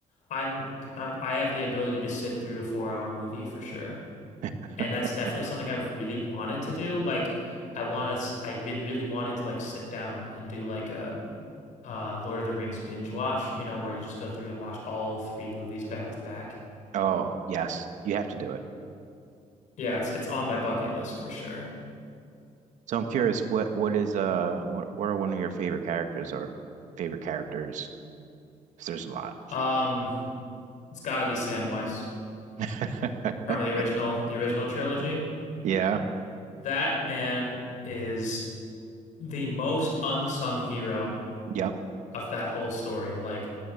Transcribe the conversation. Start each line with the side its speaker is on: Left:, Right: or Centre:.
Left: I'm, I'm I have the ability to sit through a four hour movie for sure,
Right: <laughs>
Left: and that's definitely something I've really wanted to do. Like I want to, I've been really wanting to like sit down and do like a uh Lord of the Rings binge watch, you know, where you just go through and watch all three movies back to back.
Right: Oh, yes, you have to do it.
Left: Yeah, it's it's on my bucket list for sure.
Right: So I'm curious, what what is uh what what are one of your favorite characters or favorite characters? 'Cause there's a lot.
Left: Um, it's gotta be Samwise
Right: <laughs>
Left: from the original, the original trilogy.
Right: Mm. Yeah.
Left: That man is the most unsung hero
Right: Yep.
Left: of that whole story. Like